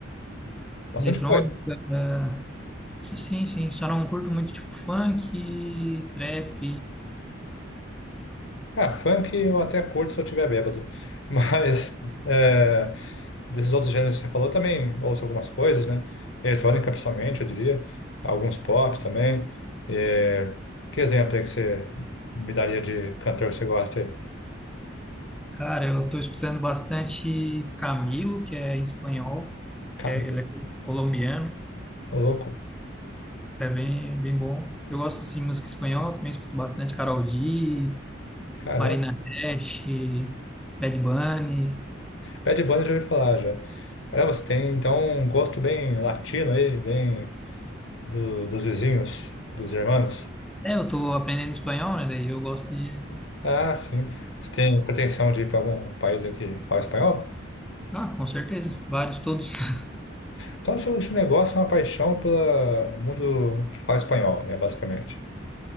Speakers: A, on the left; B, in the centre.
A: Bastante
B: eletrônica.
A: coisa.
B: é, sim, sim, só não curto muito tipo funk, trap.
A: Ah, funk eu até curto se eu estiver bêbado. <laughs> Mas, é, Desses outros gêneros que você falou também ouço algumas coisas, né? Eletrônica, principalmente, eu diria. Alguns pops também. É, Que exemplo aí que você me daria de cantor que você gosta aí?
B: Cara, eu tô escutando bastante Camilo, que é espanhol,
A: Ca-
B: que é, ele é colombiano,
A: Ô, louco.
B: é bem, bem bom. Eu gosto assim, de música espanhola, também escuto bastante Karol G,
A: Caramba.
B: Marina Cash, Bad Bunny.
A: Bad Bunny eu já ouvi falar, já. Caramba, você tem, então, um gosto bem latino aí, bem do- dos vizinhos, dos irmãos.
B: É, eu tô aprendendo espanhol, né? Daí eu gosto de.
A: Ah, sim. Você tem pretensão de ir para algum país aí que fala espanhol?
B: Ah, com certeza, vários, todos. <laughs>
A: Então, seu- esse negócio é uma paixão pelo mundo que fala espanhol, né, basicamente.